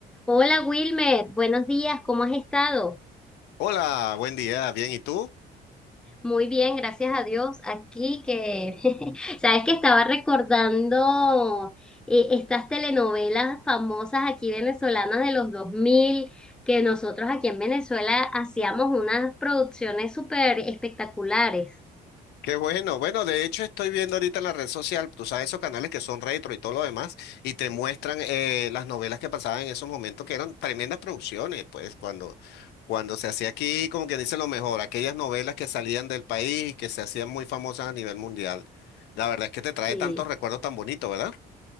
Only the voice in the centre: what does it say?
Hola Wilmer, buenos días, ¿cómo has estado?
Muy bien, gracias a Dios. Aquí que, <laughs> sabes que estaba recordando eh, estas telenovelas famosas aquí venezolanas de los 2000 que nosotros aquí en Venezuela hacíamos unas producciones súper espectaculares.
Sí,